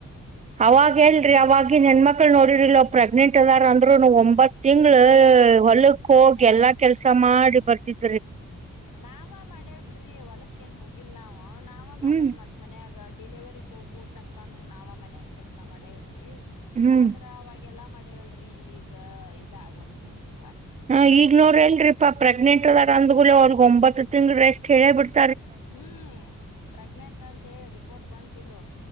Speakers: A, on the right (about 25°); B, on the left (about 80°).
A: ಅವಾಗ
B: ಮತ್
A: ಹೇಳರಿ ಅವಾಗಿನ್ ಹೆಣ್ಮಕ್ಳು ನೋಡಿರಲ್ಲ ಪ್ರ್ ನಿಂಟದಾರ ಅಂದ್ರರು ಒಂಬತ್ ತಿಂಗಳ ಹೊಲಕ್ಕ ಹೋಗಿ ಎಲ್ಲಾ ಕೆಲ್ಸ ಮಾಡಿ ಬರ್ತಿದ
B: ನಾವ ಮಾಡೇವ್ ಬಿಡ್ರಿ ಹೊಲಕ್ಕ ಏನ್ ಹೋಗಿಲ್ಲ ನಾವ್ ನಾವ ಮಾಡೇವ
A: ಹ್ಮ್
B: ಮತ್ ಮನ್ಯಾಗ ಡಿಲಿವರಿಗ್ ಹೋಗು ತನ್ಕಾನು ನಾವ ಮನ್ಯಾಗ ಕೆಲ್ಸ ಮಾಡೇವ್ರಿ
A: ಹ್ಮ್
B: ಆದ್ರ ಅವಾಗೆಲ್ಲ ಮಡ ಅಡೇವಲ್ರರಿ ಈಗ ಇದ ಆಗಲ್ ನೋಡ್ರಿಪಾ
A: ಹ ಈಗ್ ನೋರ ಎಲ್ರಿ ಪ ಪ್ರೆಗ್ನೆಂಟ್ ಅದ ಅಂದ್ ಅವ್ರಗ್ ಒಂಬತ್ ತಿಂಗ್ ರೆಸ್ಟ್ ಹೇಳೇ ಬಿಡ್ತ
B: ಹ್ಮ್ ಪ್ರೆಗ್ನೆಂಟ್ ಅಂತೇಳಿ ರಿಪೋರ್ಟ್ ಬಂತಿಲ್ಲ